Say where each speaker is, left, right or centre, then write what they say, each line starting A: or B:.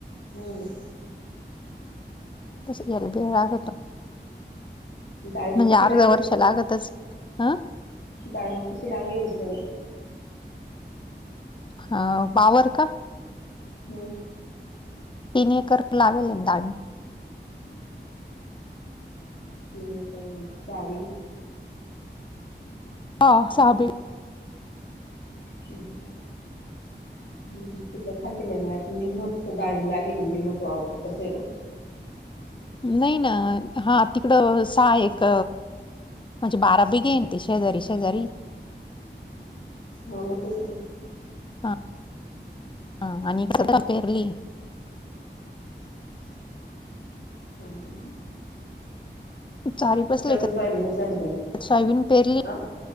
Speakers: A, on the left; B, on the left.
A: हम्म.
B: तस बी अरबे वागता.
A: डाळिंब
B: म्हणजे
A: किती
B: अर्ध
A: लागेल
B: वर्ष लागतच हां.
A: टाइम किती लागेल हिच्याले?
B: हा बावर का?
A: हम्म.
B: तीन एकर लावेल यंदा आम्ही.
A: हम्म. तीन एकर म्हणजे सहा बिगी
B: हा साहब ही.
A: हम्म हम्म. निंजे तिकडं खालती लेमळ्यात निम्मच डाळी लागल आणि निम्मच वावर तस ही बो.
B: नाही ना, हां. तिकड सहा एक म्हणजे बारा बीघे येन, ते शेजारी शेजारी.
A: हा म तेच ना.
B: हा आणि <unintelligible> पेरली.
A: हम्म हम्म हम्म.
B: चारी बसले
A: सगळी सोयाबीनं चाली झाली
B: सोयाबीन पेरली
A: आं.